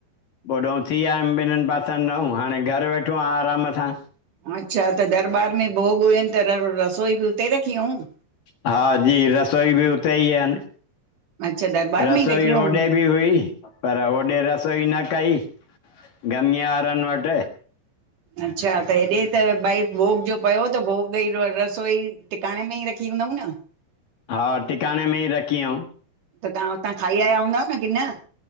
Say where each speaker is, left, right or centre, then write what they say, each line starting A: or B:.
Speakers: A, on the left (about 60°); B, on the right (about 55°).
A: होॾों थी आयुमि ॿिन्हिनि पासनि ॾाहं, हाणे घरु वेठो आं आराम सां।
B: अच्छा, त दरबार में भोग हुयनि त रसोई बि उते रखी हुयूं
A: हा जी रसोई बि हुते ई आहे
B: अच्छा दरबार
A: रसोई
B: में ई रखी
A: होॾे
B: हुयूं
A: बि हुई पर होॾे रसोई न कई। गमी वारान वट
B: अच्छा त हेॾे त भई भोग जो पियो त भोग ई रसोई टिकाणे में ई रखी नमुना <unintelligible>
A: हा, टिकाणे में ई रखी हुयउं
B: त तव्हां हुतां खाई आया हूंदव न, की न?